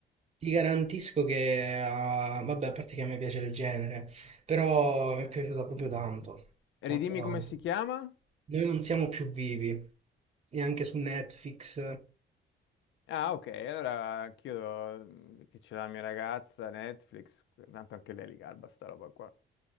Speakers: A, on the right (about 35°); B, on the left (about 70°).
A: ti garantisco che, ah, vabbè, a parte che a me piace il genere, però mi è piaciuta proprio tanto,
B: Ridimmi
A: tanto tanto.
B: come si chiama?
A: Noi non siamo più vivi, neanche su Netflix.
B: Ah, ok, allora anch'io mm, che c'è la mia ragazza, Netflix, tanto anche lei li garba sta roba qua.